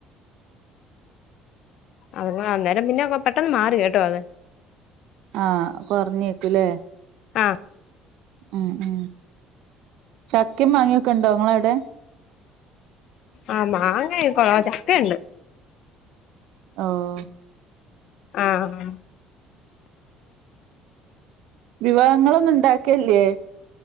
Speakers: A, on the left (about 55°); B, on the right (about 70°).
A: അത് അന്നേരം പിന്നെ പെട്ടെന്ന് മാറി കെട്ടോ അത്
B: ആഹ് കൊറഞ്ഞേക്കുല്ലേ
A: ആ
B: ഉം ഉം ചക്കിം മാങ്ങിയൊക്കെ ഉണ്ടോ നിങ്ങളവിടെ
A: ആഹ് മാങ്ങയ് കൊറ ചക്കയുണ്ട്
B: ഓഹ്
A: ആഹ്
B: വിഭവങ്ങളൊന്നും ഉണ്ടാക്കിയല്ലേ